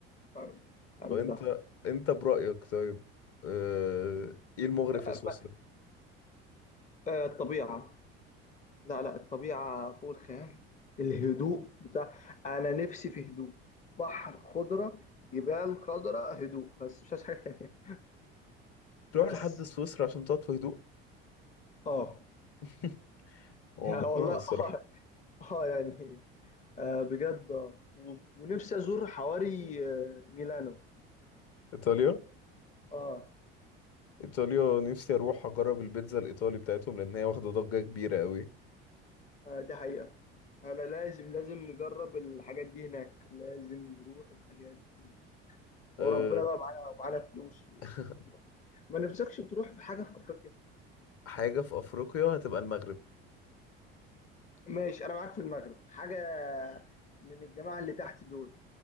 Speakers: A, on the left; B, on the left.
A: طيب. حلو
B: فانت
A: ده
B: انت برايك طيب آه، ايه المغري
A: آه،
B: في سويسرا
A: آه، الطبيعه لا لا الطبيعه فوق الخيال الهدوء بتاع انا نفسي في هدوء بحر خضره جبال خضراء هدوء بس مش عايز حاجه تانيه
B: تروح
A: بس
B: لحد سويسرا عشان تقعد في هدوء
A: اه
B: <laughs>
A: <laughs>
B: هو
A: يعني
B: مقنع
A: والله
B: الصراحه
A: اه, آه يعني آه بجد آه. و- ونفسي ازور حواري آه ميلانو
B: ايطاليا
A: اه,
B: ايطاليا نفسي اروح اجرب البيتزا الايطالي بتاعتهم لان هي واخده ضجه كبيره قوي
A: آه دي حقيقة انا لازم لازم نجرب الحاجات دي هناك لازم نروح الحاجات دي وربنا
B: أه
A: بقى معانا ومعانا فلوس و...
B: <laughs>
A: ما نفسكش تروح في حاجة في افريقيا
B: حاجة في أفريقيا هتبقى المغرب
A: ماشي انا معاك في المغرب حاجة من الجماعة اللي تحت دول